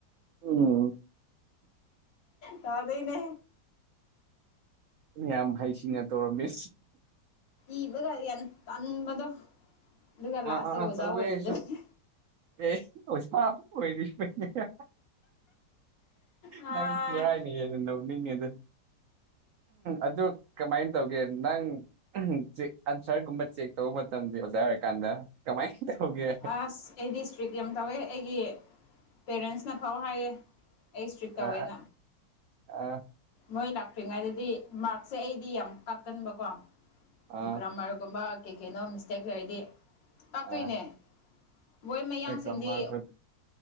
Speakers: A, on the right; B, on the left.
A: ꯎꯝ
B: ꯀꯥꯎꯇꯦ ꯅꯦ
A: ꯌꯥꯝ ꯍꯩꯁꯤꯡꯅ ꯇꯧꯔꯝꯃꯦ
B: ꯏꯕꯒ ꯌꯥꯝ ꯇꯟꯕꯗꯣ ꯑꯗꯨꯒ ꯂꯥꯁꯇ
A: ꯑꯥ ꯑꯥ
B: ꯑꯣꯖꯥ
A: ꯑꯥ ꯇꯧꯋꯦ
B: ꯑꯣꯏꯕꯗꯗꯤ
A: ꯑꯩꯁꯨ ꯑꯦ ꯍꯧ ꯁꯥ ꯑꯣꯏꯣꯏ <inaudible>
B: ꯑꯥ
A: ꯅꯪ ꯊꯕꯥꯏꯅꯤꯧꯅꯤꯡꯉꯦ ꯑꯗꯨ <inaudible> ꯑꯗꯨ ꯀꯃꯥꯏꯅ ꯇꯧꯒꯦ ꯅꯪ ꯆꯦꯛ ꯑꯟꯁꯔꯒꯨꯝꯕ ꯆꯦꯛ ꯇꯧꯕ ꯃꯇꯝꯗ ꯑꯣꯖꯥ ꯑꯣꯏꯔꯀꯥꯟꯗ ꯀꯃꯥꯏ ꯇꯧꯒꯦ
B: ꯑꯁ ꯑꯩꯗꯤ ꯏꯁꯇ꯭ꯔꯤꯛ ꯌꯥꯝ ꯇꯧꯋꯦ ꯑꯩꯒꯤ ꯄꯦꯔꯦꯟꯁꯅ ꯐꯥꯎ ꯍꯥꯏꯌꯦ ꯑꯩ ꯏꯁꯇ꯭ꯔꯤꯛ
A: ꯑ
B: ꯇꯧꯋꯦꯅ
A: ꯑ
B: ꯃꯣꯏ ꯂꯥꯛꯇ꯭ꯔꯤꯉꯩꯗꯗꯤ ꯃꯥꯔꯛꯁꯦ ꯑꯩꯗꯤ ꯌꯥꯝ ꯀꯥꯀꯟꯕꯀꯣ
A: ꯑ
B: ꯒ꯭ꯔꯥꯃꯔꯒꯨꯝꯕ ꯀꯩ ꯀꯩꯅꯣ ꯃꯤꯁꯇꯦꯛ ꯂꯩꯔꯗꯤ ꯇꯥꯛꯇꯣꯏꯅꯦ
A: ꯑ
B: ꯃꯣꯏ ꯃꯌꯥꯡꯁꯤꯡꯗꯤ
A: ꯑꯩ ꯀꯃꯔ